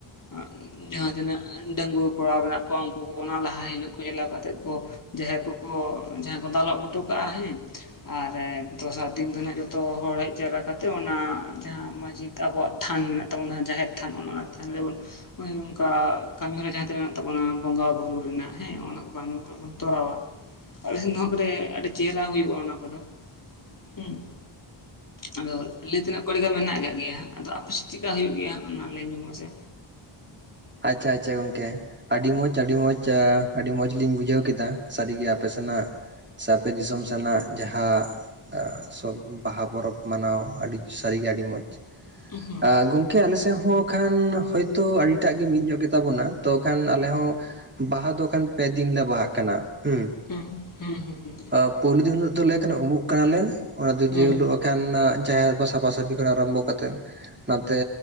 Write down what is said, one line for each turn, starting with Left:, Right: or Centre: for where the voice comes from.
Left: ᱟᱸᱜ ᱡᱟᱦᱟᱸᱛᱤᱱᱟᱹᱜ ᱰᱟᱺᱜᱩᱟᱹ ᱠᱚᱲᱟ ᱢᱮᱱᱟᱜ ᱠᱚᱣᱟ ᱩᱝᱠᱩ ᱠᱚᱠᱚ ᱱᱟᱜ ᱞᱟᱦᱟ ᱦᱤᱞᱳᱜ ᱠᱚ ᱪᱟᱞᱟᱣ ᱠᱟᱛᱮᱜ ᱠᱚ ᱡᱟᱦᱟᱸᱭ ᱠᱚᱠᱚ ᱡᱟᱦᱟᱸ ᱠᱚ ᱫᱟᱞᱚᱵ ᱦᱚᱴᱚ ᱠᱟᱜᱼᱟ ᱦᱮᱸ ᱟᱨ ᱮᱸ ᱫᱚᱥᱟᱨ ᱫᱤᱱ ᱫᱚ ᱱᱟᱜ ᱡᱚᱛᱚ ᱦᱚᱲ ᱦᱮᱡ ᱡᱟᱣᱨᱟ ᱠᱟᱛᱮᱜ ᱚᱱᱟ ᱡᱟᱦᱟᱸ ᱢᱟᱹᱡᱷᱤ ᱟᱵᱚᱣᱟᱜ ᱛᱷᱟᱱ ᱢᱮᱱᱟᱜ ᱛᱟᱵᱚᱱᱟ᱾ ᱡᱟᱦᱮᱨ ᱛᱷᱟᱱ ᱚᱱ ᱚᱱᱟ ᱛᱷᱟᱱ ᱨᱮᱵᱚᱱ ᱚᱭ ᱱᱚᱝᱠᱟ ᱠᱟᱹᱢᱤᱦᱚᱨᱟ ᱡᱟᱦᱟᱸ ᱛᱤᱱᱟᱹᱜ ᱛᱟᱵᱚᱱᱟ ᱵᱚᱸᱜᱟ ᱵᱩᱨᱩ ᱨᱮᱱᱟᱜ ᱦᱮᱸ ᱚᱱᱟ ᱠᱚ ᱵᱟᱝ ᱵᱚᱱ ᱱᱟᱜ ᱵᱚᱱ ᱛᱚᱨᱟᱣᱟ᱾ ᱟᱞᱮ ᱥᱮᱱ ᱫᱚ ᱦᱚᱸ ᱠᱟᱹᱴᱤᱡ ᱟᱹᱰᱤ ᱪᱮᱦᱨᱟ ᱦᱩᱭᱩᱜᱼᱟ ᱚᱱᱟ ᱠᱚᱫᱚ ᱦᱩᱸ ᱟᱫᱚ ᱞᱮᱭ ᱛᱤᱱᱟᱹᱜ ᱠᱚ ᱟᱹᱰᱤᱜᱟᱱ ᱢᱮᱱᱟᱜ ᱠᱟᱜ ᱜᱮᱭᱟ᱾ ᱟᱫᱚ ᱟᱯᱮᱥᱮᱫ ᱪᱮᱜᱠᱟ ᱦᱩᱭᱩᱜ ᱜᱮᱭᱟ ᱚᱱᱟ ᱞᱮᱭ ᱧᱚᱜ ᱢᱮᱥᱮ?
Right: ᱟᱪᱪᱷᱟ ᱟᱪᱪᱷᱟ ᱜᱚᱝᱠᱮ ᱟᱹᱰᱤ ᱢᱚᱡᱽ, ᱟᱹᱰᱤ ᱢᱚᱡᱽ, ᱟᱹᱰᱤ ᱢᱚᱡᱽ, ᱞᱤᱧ ᱵᱩᱡᱷᱟᱹᱣ ᱠᱮᱫᱟ᱾ᱥᱟᱹᱨᱤᱜᱮ ᱟᱯᱮ ᱥᱮᱱᱟᱜ ᱥᱮ ᱟᱯᱮ ᱫᱤᱥᱚᱢ ᱥᱮᱱᱟᱜ ᱡᱟᱦᱟᱸ ᱥᱚᱵ ᱵᱟᱦᱟ ᱯᱚᱨᱚᱵᱽ ᱢᱟᱱᱟᱣ ᱟᱹᱰᱤ ᱥᱟᱹᱨᱤᱜᱮ ᱟᱹᱰᱤ ᱢᱚᱸᱡᱽ᱾
Left: ᱦᱩᱸ
Right: ᱟ ᱜᱚᱝᱠᱮ ᱟᱞᱮ ᱥᱮᱜ ᱦᱚᱸ ᱠᱷᱟᱱ ᱦᱳᱭᱛᱳ ᱟᱹᱰᱤ ᱴᱟᱜ ᱜᱮ ᱢᱤᱫ ᱧᱚᱜ ᱜᱮᱛᱟ ᱵᱚᱱᱟ ᱾ ᱛᱚ ᱠᱷᱟᱱ ᱟᱞᱮ ᱦᱚᱸ ᱵᱟᱦᱟ ᱫᱚ ᱠᱷᱟᱱ ᱯᱮ ᱫᱤᱱ ᱞᱮ ᱵᱟᱦᱟᱜ ᱠᱟᱱᱟ᱾ᱦᱩᱸ
Left: ᱦᱩᱸ, ᱦᱩᱸ ᱦᱩᱸ ᱦᱩᱸ
Right: ᱯᱩᱭᱞᱩ ᱫᱤᱱ ᱦᱤᱞᱳᱜ ᱫᱚᱞᱮ ᱠᱟᱱᱟ ᱩᱢᱩᱜ ᱠᱟᱱᱟᱞᱮ ᱚᱱᱟᱫᱚ ᱡᱮ
Left: ᱦᱩᱸ ᱦᱩᱸ
Right: ᱦᱳᱞᱳᱜ ᱟᱠᱷᱟᱱ ᱚᱱᱟ ᱡᱟᱦᱮᱨ ᱠᱚ ᱥᱟᱯᱷᱟᱥᱟᱹᱯᱷᱤ ᱠᱷᱚᱱ ᱟᱨᱟᱢᱵᱷᱚ ᱠᱟᱛᱮ ᱱᱟᱛᱮ